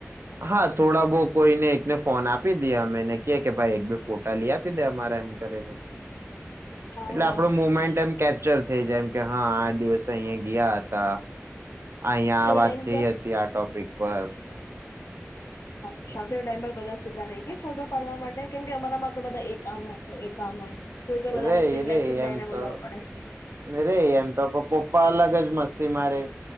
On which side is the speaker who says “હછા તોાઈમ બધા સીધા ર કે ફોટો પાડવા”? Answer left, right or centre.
Left